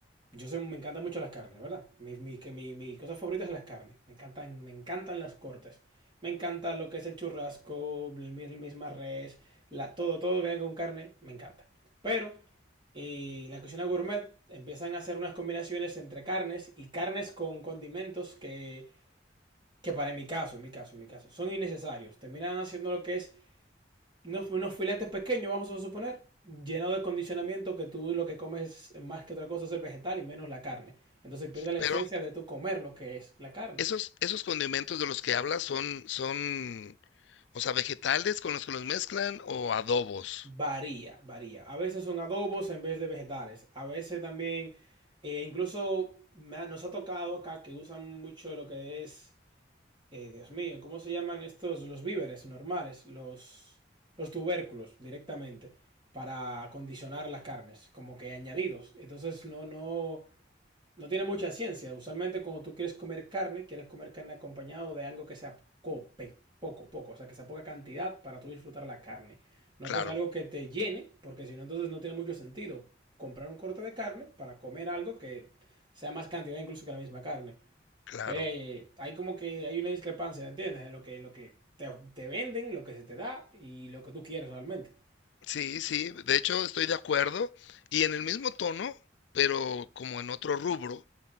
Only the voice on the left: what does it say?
Pero
Esos esos condimentos de los que hablas son son, o sea, ¿vegetales con los que los mezclan o adobos?
Claro,
claro.
Sí, sí, de hecho, estoy de acuerdo. Y en el mismo tono, pero como en otro rubro,